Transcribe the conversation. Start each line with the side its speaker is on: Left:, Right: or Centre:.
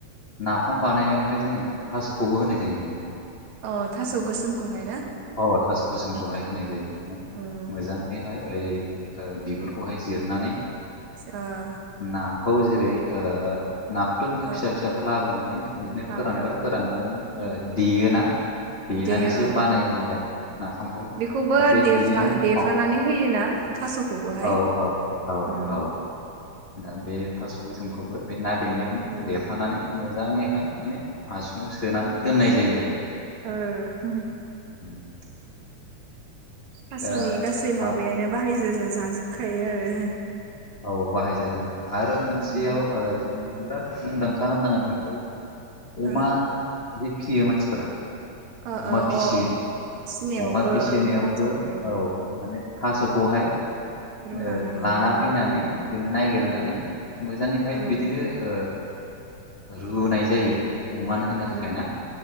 Left: नाफाम बानायनायावहाय जोङो थास'खौबो होनाय जायो माने
Right: अ थास' गोसोमखौहाय ना
Left: औ थास' गोसोमखौहाय
Right: अ
Left: होनाय जायो
Right: उम
Left: मोजाङैहाय ओइ बिगुरखौहाय जिरनानै
Right: ओ
Left: नाखौ जेरै ओ ना थ' नोङो
Right: ओ
Left: फिसा फिसाखौ लाबोनानै बिदिनो
Right: लाबाय
Left: फोरानबाय
Right: ओ
Left: फोराननानै
Right: उम
Left: देयोना देनानैसो
Right: दे ओं
Left: बानायो नालाय नाफामखौ
Right: बेखौबो
Left: दा बे
Right: देफ्ला
Left: देनाय समाव
Right: देफानानै होयोना थास'खौबोहाय
Left: औ औ औ
Right: उम
Left: औ दा बे थास' गोसोमखौबो बे ना देनायावनो
Right: उम
Left: देफानानै मोजाङैहाय माने हासुङाव सोनानै दोननाय जायो आरो
Right: ओ उम
Left: <inaudible>
Right: थास'नि
Left: दा
Right: गासै
Left: था-
Right: माबायानो बाहायजा जाजोबखायो आरो
Left: औ बाहायजाजोबो आरो मोनसेयाव
Right: उम
Left: जों बिराद मुंदांखा होननांगोन बेखौ अमा
Right: ओ
Left: जे फिसियो मानसिफोरा
Right: ओ
Left: अमा फिसियो
Right: ओ अ अ सिनियावबो
Left: अमा फिसिनायावबो
Right: ओं थास' ओं
Left: औ माने थास'खौहाय
Right: थास'खौ रुनानै
Left: ओ लाना
Right: जाहोनाय
Left: फैनानै
Right: जायो
Left: बिदिनो नागिरनानै
Right: उम
Left: मोजाङैहाय
Right: उम
Left: बिदिनो ओ रुनाय जायो अमानो होनो
Right: उम
Left: थाखाय ना